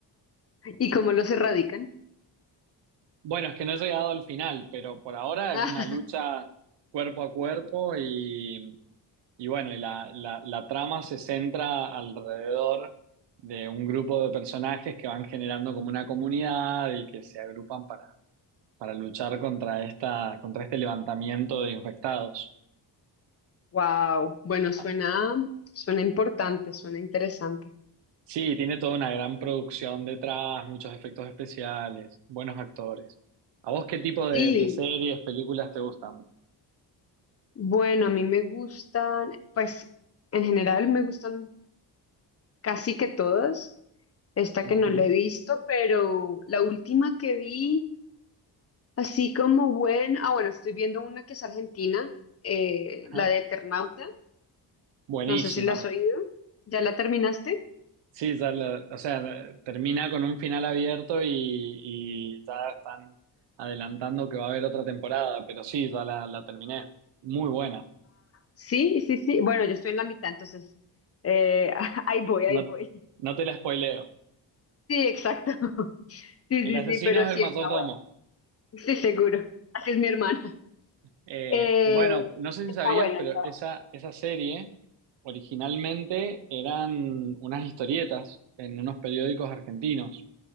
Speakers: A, on the left; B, on the right.
A: ¿Y cómo los erradican?
B: Bueno, es que no he llegado al final, pero por ahora
A: <laughs>
B: es una lucha cuerpo a cuerpo y, y bueno, y la, la, la trama se centra alrededor de un grupo de personajes que van generando como una comunidad y que se agrupan para para luchar contra esta, contra este levantamiento de infectados.
A: Wow, bueno, suena,
B: Ah,
A: suena importante, suena interesante.
B: Sí, tiene toda una gran producción detrás, muchos efectos especiales, buenos actores. ¿A vos qué tipo de,
A: Sí,
B: de series, películas te gustan?
A: bueno, a mí me gustan, pues en general me gustan casi que todas. Esta
B: Ujú,
A: que no la he visto, pero la última que vi, así como buena, ah, bueno, estoy viendo una que es argentina, eh,
B: ajá.
A: la de Eternauta,
B: Buenísima.
A: no sé si la has oído, ¿ya la terminaste?
B: Sí, ya la- o sea, termina con un final abierto y, y ya están adelantando que va a haber otra temporada, pero sí, ya la, la terminé. Muy buena.
A: Sí, sí, sí, bueno, yo estoy en la mitad, entonces, eh, <laughs> ahí voy,
B: No,
A: ahí voy.
B: no te la spoileo.
A: Sí, exacto. <laughs> Sí,
B: El
A: sí,
B: asesino
A: sí, pero
B: es el
A: sí
B: mayordomo.
A: está bueno, estoy seguro, así es mi hermana.
B: Eh,
A: Eh,
B: bueno, no sé si
A: está
B: sabías,
A: buena,
B: pero
A: está
B: esa, esa serie originalmente eran unas historietas en unos periódicos argentinos